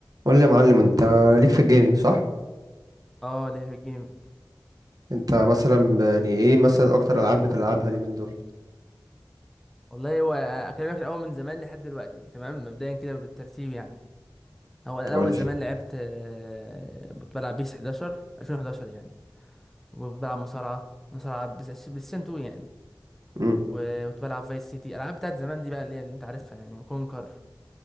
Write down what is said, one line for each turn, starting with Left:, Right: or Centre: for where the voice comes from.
Right: قول لي يا معلم انت ليك في الجيمنج صح
Centre: اه ليه في الجيمنج
Right: انت مثلا يعني ايه مثلا اكتر العاب بتلعبها اليومين دول
Centre: والله هو اكلمك الاول من زمان لحد دلوقتي تمام مبدئيا كده بالترتيب يعني هو انا
Right: قول
Centre: اول
Right: لي
Centre: زمان لعبت آه، كنت بلعب بيس 11 2011 يعني وكنت بلعب مصارعه مصارعه بس بس 2 يعني
Right: امم
Centre: وكنت بلعب فايس سيتي العاب بتاعت زمان دي بقى اللي هي اللي انت عارفها يعني كونكر